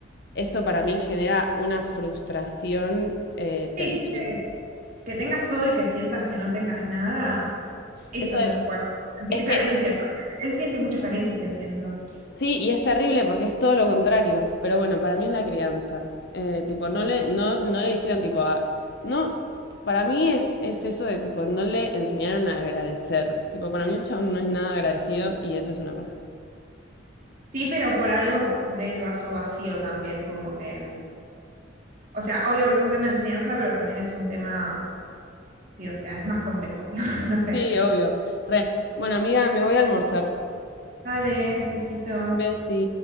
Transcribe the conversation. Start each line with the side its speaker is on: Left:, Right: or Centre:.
Left: eso para
Right: Sí,
Left: mí genera una frustración eh,
Right: Sí,
Left: terrible.
Right: que, que tengas todo y que sientas que no tengas nada, Eso
Left: Eso de-
Right: es lo fuerte, sentir
Left: Es
Right: carencia.
Left: que
Right: Él siente mucha carencia, siento.
Left: sí, y es terrible porque es todo lo contrario. Pero bueno, para mí es la crianza. Eh, tipo, no le, no, no le dijeron, tipo, a- no. Para mí es, es eso de tipo, no le enseñaron a agradecer. Tipo, para mí el chabón no es nada agradecido y eso es una paja.
Right: Sí, pero por algo ve el vaso vacío también, como que, o sea, obvio que es un tema de enseñanza, pero también es un tema, sí, o sea, es más complejo. <laughs> No sé.
Left: Sí, obvio. Re. Bueno, amiga, me voy a almorzar.
Right: Dale, besito.
Left: Besi.